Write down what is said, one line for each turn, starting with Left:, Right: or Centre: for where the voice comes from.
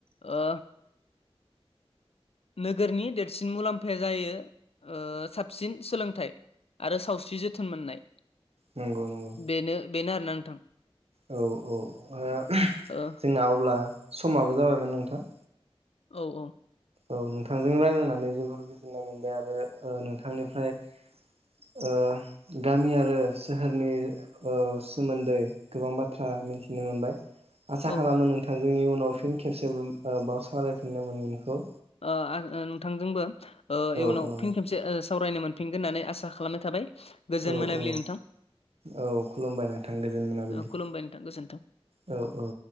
Left: ओ नोगोरनि देरसिन मुलाम्फाया जायो ओ साबसिन सोलोंथाइ। आरो सावस्रि जोथोन मोननाय।
Right: नंगौ-नंगौ
Left: बेनो बेनो आरोना नोंथां।
Right: औ औ ओ
Left: ओ
Right: जोंना अब्ला समाबो जाबायमोन नोंथां।
Left: औ औ
Right: औ नोंथांजों रायलायनानै जोबोर गोजोननाय मोनबाय आरो ओ नोंथांनिफ्राय ओ गामि आरो सोहोरनि ओ सोमोन्दै गोबां बाथ्रा मोन्थिनो मोनबाय। आसा
Left: औ
Right: खालामो
Left: ओ
Right: नोंथांजों इउनाव फिन खेबसे बाव ओ सावालरायफिननो मोनगोनखौ।
Left: ओ आ ओ नोंथांजोंबो ओ
Right: औ
Left: इयुनाव
Right: औ
Left: फिन खेबसे ओ सावरायनो मोन फिनगोन होननानै आसा खालामनाय थाबाय। गोजोन
Right: औ
Left: मोनाबिलि
Right: औ
Left: नोंथां
Right: औ खुलुमबाय नोंथां गोजोन मोनाबिलि।
Left: ओ खुलुमबाय नोंथां गोजोन्थों।
Right: औ औ